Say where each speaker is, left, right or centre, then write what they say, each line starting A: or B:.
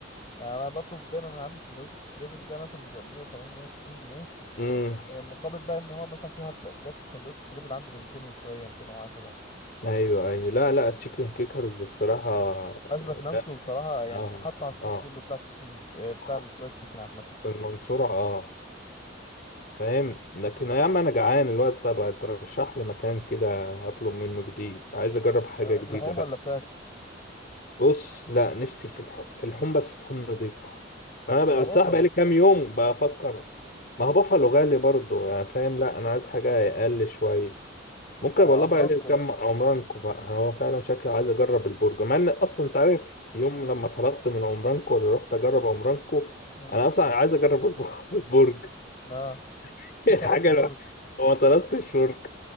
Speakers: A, on the left; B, on the left.
A: يعني انا بطلب دايما من عنده سندوتش تريبل ده مثلا بيبقى 170 160 جنيه
B: امم
A: آه، مقابل بقى ان هو مثلا في هارت اتاك سندوتش تريبل عنده ب 200 وشويه 210
B: ايوه ايوه لا لا تشيكن كيكرز الصراحة
A: اثبت نفسه
B: لا
A: بصراحه يعني
B: اه
A: حط على السوق
B: اه
A: كله بتاع تشيكن بتاع
B: حصل
A: الفرايد تشيكن عامه
B: في المنصورة اه فاهم لكن يا عم انا جعان الوقت طب ترشح لي مكان كده هطلب منه جديد عايز اجرب حاجة
A: آه،
B: جديدة
A: لحوم
B: بقى
A: ولا فراخ
B: بص لا نفسي في الحوم في الحوم بس الحوم نضيفة انا
A: يبقى
B: بقى- بصراحة
A: بافالو
B: بقالي كام يوم بفكر ما هو بافالو غالي برضه يعني فاهم لا انا عايز حاجه اقل شويه ممكن
A: يبقى
B: والله
A: عمرانكو
B: بقى ليه كم عمرانكو بقى يعني هو فعلا شكله عايز اجرب البرجر مع ان اصلا انت عارف يوم
A: امم
B: لما طلبت من عمرانكو ولا رحت اجرب عمرانكو
A: امم
B: انا اصلا عايز اجرب الب- <laughs> البرج
A: اه <laughs>
B: <laughs> الحاجه
A: ما طلبتش
B: لا
A: برجر
B: وما طلبتش برج